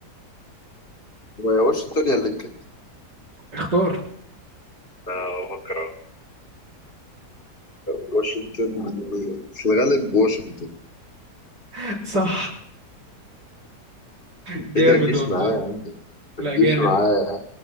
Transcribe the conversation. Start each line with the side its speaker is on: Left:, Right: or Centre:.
Left: واشنطن يا لينكولن
Right: اختار
Left: آه، بفكر أهو. واشنطن في الغالب واشنطن
Right: <laughs> صح جامد
Left: ايه ده ما تجيش
Right: والله
Left: معايا يا عم
Right: لا
Left: ما تجيش
Right: جامد
Left: معايا